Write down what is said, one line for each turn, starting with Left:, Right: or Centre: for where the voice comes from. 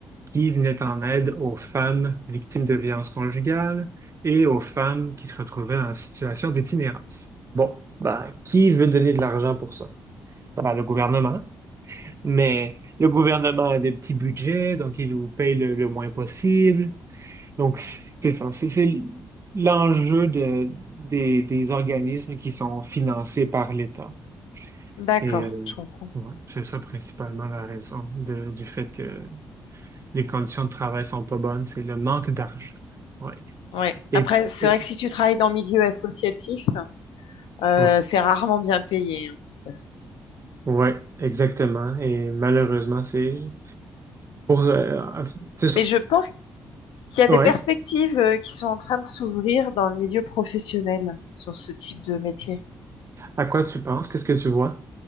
Right: qui venait en aide aux femmes victimes de violences conjugales et aux femmes qui se retrouvaient en situation d'itinérance. Bon, ben, qui veut donner de l'argent pour ça? Ben, le gouvernement. Mais le gouvernement a des petits budgets, donc il nous paye le, le moins possible. Donc, c'est ça, c'est c'est l'enjeu de- des, des organismes qui sont financés par l'État.
Left: D'accord,
Right: Et euh,
Left: je comprends.
Right: ouais, c'est ça principalement la raison de- du fait que les conditions de travail sont pas bonnes, c'est le manque d'argent. Ouais.
Left: Ouais.
Right: Et,
Left: Après, c'est
Right: et-
Left: vrai que si tu travailles dans le milieu associatif, Euh,
Right: ouais,
Left: c'est rarement bien payé, hein, de toute façon.
Right: ouais, exactement. Et malheureusement, c'est pour, euh, c'est ça.
Left: Mais je pense qu'il y a
Right: Ouais.
Left: des perspectives euh, qui sont en train de s'ouvrir dans le milieu professionnel sur ce type de métier.
Right: À quoi tu penses? Qu'est-ce que tu vois?